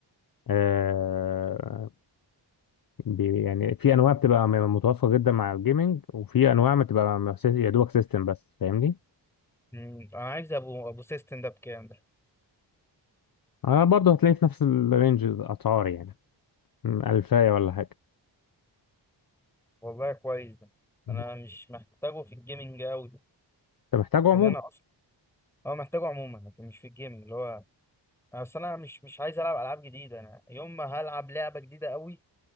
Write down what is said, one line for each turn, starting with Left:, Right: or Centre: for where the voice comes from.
Left: آه بي- يعني في انواع بتبقى م- متوافقة جدا مع الجيمنج وفي انواع بتبقى م- سي- يا دوبك سيستم بس فاهمني
Centre: مم، انا عايز ابو ابو سيستم ده بكام ده
Left: آه برضه هتلاقي في نفس الرينج الاسعار يعني م، الفاية ولا حاجة
Centre: والله كويس ده
Left: انت
Centre: انا مش محتاجه في الجيمنج قوي
Left: محتاجه عموما
Centre: ان انا اصلا اه محتاجه عموما لكن مش في الجيمنج اللي هو أنا اصل انا مش مش عايز العب العاب جديده انا يوم ما هلعب لعبه جديده قوي